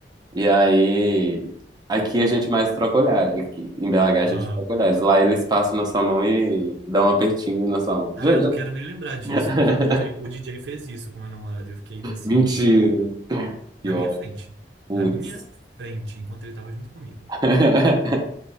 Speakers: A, on the right; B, on the right.
A: E aí, aqui a gente mais troca olhar. Aqui, em BH a
B: Aham.
A: gente troca olhares. Lá eles passam na sua mão e dão um apertinho na sua mão.
B: Ah,
A: Já-
B: eu
A: já-
B: não quero nem lembrar disso,
A: <laughs>
B: porque um DJ, o DJ fez isso com meu namorado e eu fiquei assim
A: Mentira.
B: com ódio. Na
A: Que
B: minha frente.
A: Putz.
B: Na minha frente, enquanto ele tava junto comigo.
A: <laughs>